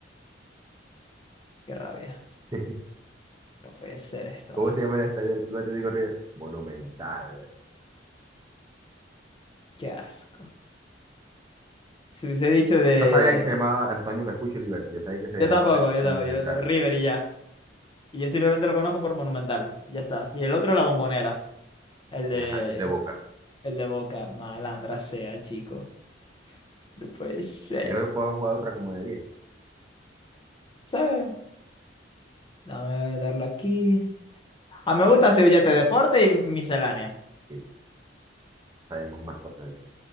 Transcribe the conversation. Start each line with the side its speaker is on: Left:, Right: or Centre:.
Left: Qué rabia.
Right: <laughs>
Left: No puede ser esto,
Right: ¿Cómo
Left: man.
Right: se llama el estadio del Club Atlético River? Monumental.
Left: Qué asco. Si hubiese dicho de...
Right: No sabía que se llamaba Antonio Vespucci Liberty, yo sabía que se
Left: Yo
Right: llamaba
Left: tampoco, yo
Right: el
Left: tampoco.
Right: Monumental,
Left: Yo... River y ya. Y yo simplemente lo conozco por Monumental. Ya está. Y el otro es la Bombonera. El de...
Right: ajá, el de Boca.
Left: El de Boca. Malandra sea, chico. No puede ser.
Right: Yo creo que podemos jugar otra como de diez
Left: ¿Sabes? Dame darle aquí. Ah, me gusta Sevillate Deporte y miscelánea.
Right: Sí, sabemos más cosas de esto.